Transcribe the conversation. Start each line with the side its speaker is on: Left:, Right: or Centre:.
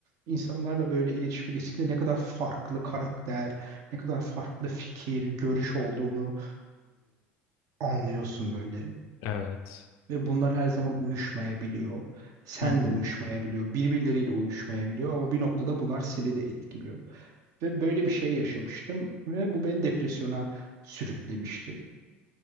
Right: insanlarla böyle iletişime geçtikçe ne kadar farklı karakter, ne kadar farklı fikir, görüş olduğunu e, anlıyorsun böyle.
Left: Evet.
Right: Ve bunlar her zaman uyuşmayabiliyor. Senle
Left: Hı hı.
Right: uyuşmayabiliyor, birbirleriyle uyuşmayabiliyor ama bir noktada bunlar seni de etkiliyor. Ve böyle bir şey yaşamıştım ve bu beni depresyona sürüklemişti.